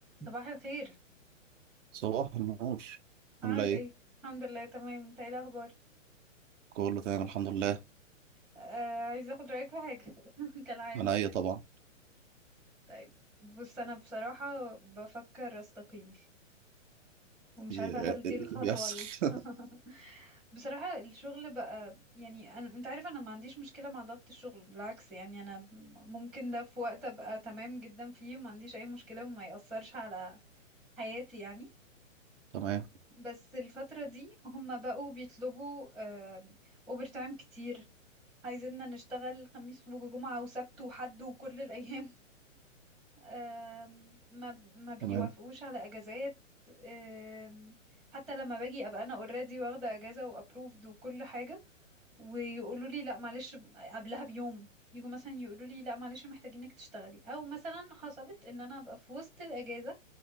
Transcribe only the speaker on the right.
صباح النور
عاملة ايه؟
كله تمام الحمد لله
انا ايه طبعا
إيه
اللي
بيحصل
<laughs> تمام
تمام